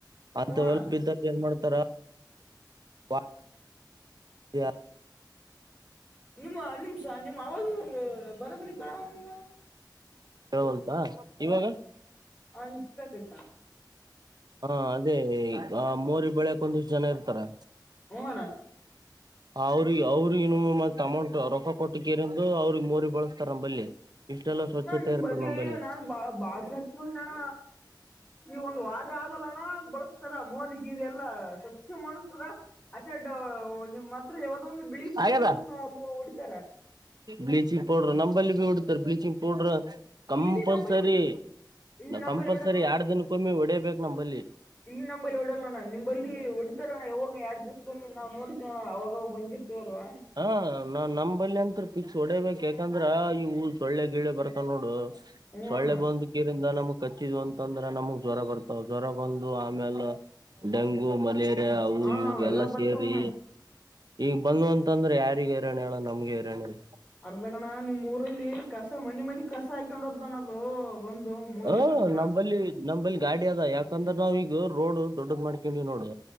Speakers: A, on the right; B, on the left.
A: ಅಂತವೆಲ್ಲ
B: ಹ್ಮ್ ಅಣ್ಣ
A: ಬಿದ್ದಾಗ ಏನ್ ಮಾಡ್ತಾರ. <inaudible>
B: ನಿಮ್ಮ ನಿಮ್ಸ ನಿಮ್ಮಅವಾಜ್ ಬರಾಬರಿ ಕೇಳಕಿಲ್ಲ.
A: <unintelligible> ಇವಾಗ.
B: ಹಾ ಈಗ ಕೇಳತೈತ
A: ಹಾ ಅದೇ ಆ ಮೋರಿ ಬೆಳ್ಯೋಕ್ ಒಂದ್ ಇಷ್ಟ್ ಜನ ಇರ್ತಾರೆ.
B: ಹೊ ಅಣ್ಣ.
A: ಅವ್ರಿ ಅವ್ರ ಇನ್ನು <unintelligible> ರೊಕ್ಕ ಕೊಟ್ಟಿ ಕೇರಿ. <unintelligible> ಅವ್ರಿಗೆ ಮೋರಿ ಬಳುಸ್ತಾರೆ ನಂಬಲ್ಲಿ ಇಷ್ಟೆಲ್ಲ ಸ್ವಚ್ಛತೆ.
B: ನಿಮ್ಮ
A: ಇರ್ತದೆ
B: ಬಲ್ಲೀ
A: ನಂಬಲ್ಲಿ
B: ನಾನ್ ಬಾ ಬಾಳ ಹಚ್ಕೊಂಡಣ ಈ ಒಂದ್ ವಾರ ಆಗಲ್ಲಣ್ಣ ಬಳಸ್ತ್ <unintelligible> ಮೋರಿ ಗೀರಿ ಎಲ್ಲ ಸ್ವಚ್ಛ ಮಾಡಿಸ್ತಾರ ಹಾನ್ನೇರಡು ನಿಮ್ಮ್ ಹತ್ರ ಯಾವ್ದೋ ಒಂದು ಬಿಳಿ ಪೌಡರ್
A: ಆಗ್ಯದ
B: ಬರ್ ನಾ ಗೋ ಉಡಿತಾರ.
A: ಬ್ಲೀಚಿಂಗ್ ಪೌಡ್ರ ನಂಬಲ್ಲಿ ಬಿ ಉಡಿತಾರೆ ಬ್ಲೀಚಿಂಗ್ ಪೌಡ್ರು. ಕಂಪಲ್ಸರಿ
B: ಇಲ್ಲಿ ನಂಬಲ್ಲಿ ಇಲ್ಲಿ ನಂಬಲ್ಲಿ
A: ಕಂಪಲ್ಸರಿ
B: ಹೊಡಲ್ಲಣ
A: ಎರ ದಿನಕ್ಕೊಮ್ಮಿ ಒಡೇಬೇಕ್ ನಂಬಲ್ಲಿ.
B: ಇಲ್ಲಿ ನಂಬಲ್ಲಿ ಹೊಡಯಲ್ಲಣ್ಣ ನಿಂಬಲ್ಲಿ ಹೊಡಿತ್ತರಣ್ಣ ಯಾವಾಗ ಎರ್ಡ್ ದಿವಸ್ ಕೊಮ್ಮೆ ನಾವ್ ನೋಡ್ತೀವಣ್ಣ ಅವಾಗಾಗ ಬಂದಿರ್ <unintelligible> ತೀವಲ್ವಾ.
A: ಹಾ ನಾ ನಮ್ ಬಲ್ಲಿ ಅಂತ್ರು ಪಿಕ್ಸ್ ಹೊಡೇಬೇಕು ಯಾಕಂದ್ರ ಈ ಊ ಸೊಳ್ಳೆ ಗಿಳ್ಳೆ ಬರ್ತವ್ ನೋಡು.
B: ಹೂ
A: ಸೊಳ್ಳೆ
B: ಅಣ್ಣ
A: ಬಂದು ಕೀರಿಂದ ನಮಗ್ ಕಚ್ಚಿದ್ ಅಂತಂದ್ರ ನಮಗ್ ಜ್ವರ ಬರ್ತಾವ ಜ್ವರ ಬಂದು ಆಮ್ಯಲೇ. ಡೆಂಗು ಮಲೇರಿಯಾ ಅವು
B: ಹಾ
A: ಇವು
B: ಅವೆಲ್ಲಾ
A: ಎಲ್ಲ
B: ಬರ್ತಾವಣ್ಣ
A: ಸೇರಿ. ಈಗ ಬಂದ ಅಂತಂದ್ರೆ ಯಾರಿಗೆ ಹೈರಣ್ಯ ಹೇಳ ನಮ್ಗೆ ಹೈರಣ್ಯ.
B: ಅರ್ದಗಣ ನಿಮ್ ಊರಲ್ಲಿ ಕಸ ಮನಿ ಮನಿ ಕಸ ಹಯಕೊಂಡೋದ್ದಣ ಅದು ಬಂದು. ಮೋರಿ
A: ಹ
B: ಕಸ
A: ನಂಬಲ್ಲಿ ನಂಬಲ್ಲಿ ಗಾಡಿ ಅದ ಯಾಕಂದ್ರ ನಾವ ಈಗ ರೋಡ್ ದೊಡ್ಡದ್ ಮಾಡ್ಕೊಂಡಿವಿ ನೋಡು.